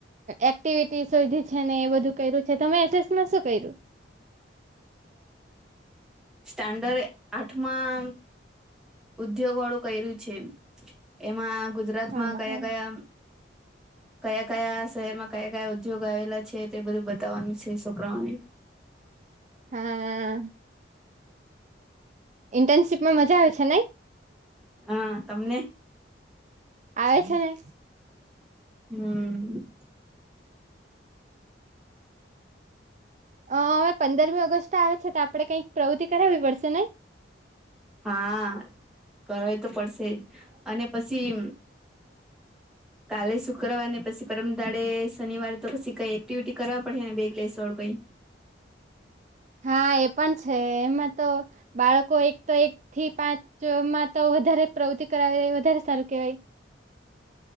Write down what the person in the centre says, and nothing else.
સ્ટાન્ડર્ડ આઠમા ઉદ્યોગ વાળું કર્યું છે એમાં ગુજરાતમાં
કયા કયા
કયા કયા શહેરમાં કયા કયા ઉદ્યોગ આવેલા છે તે બધું બતાવવાનું છે છોકરાઓને
હા તમને
હમ
હા કરવાવી તો પડશે જ અને પછી
કાલે શુક્રવાર ને પછી પરમદાડે શનિવારે તો પછી કઈ એક્ટિવિટી કરવા પડે ને બેગ લ સડ કઈ